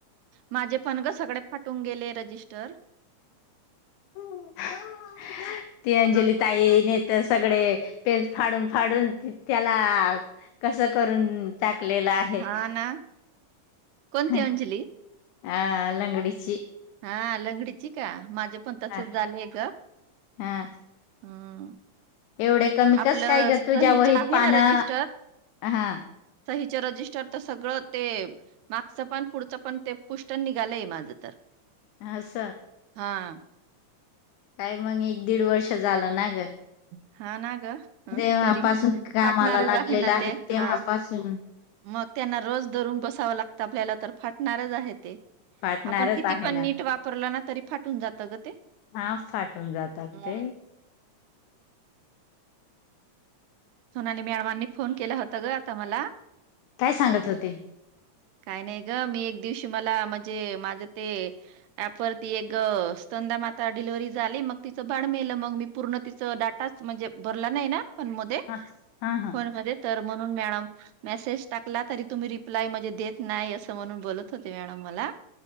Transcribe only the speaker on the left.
ह ती अंजली ताई नेत सगळे पे फाडून फाडून त्याला कसं करून टाकलेलं आहे
ह
आ लंगडीची
ह
हा
एवढे कमी
कस काय ग
तुझ्या वहीत
पानं
हा
आ स
काय मग एक दीड वर्ष झालं ना ग
तेव्हापासून
कामाला
लागलेलं
तेव्हापासून.
फाटणारच
आहे
ना
हा फाटून जातात
ते
काय सांगत होते
ह हा हा